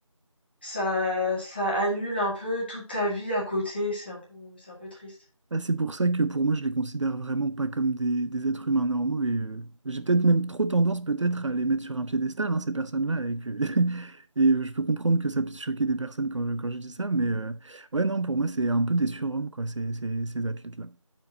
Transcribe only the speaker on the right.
Ah, c'est pour ça que pour moi, je les considère vraiment pas comme des, des êtres humains normaux et euh, j'ai peut-être même trop tendance peut-être à les mettre sur un piédestal, hein, ces personnes-là, et que <laughs> et euh, je peux comprendre que ça puisse choquer des personnes quand je, quand je dis ça, mais euh, ouais, non, pour moi, c'est un peu des surhommes, quoi, ces, ces, ces athlètes-là.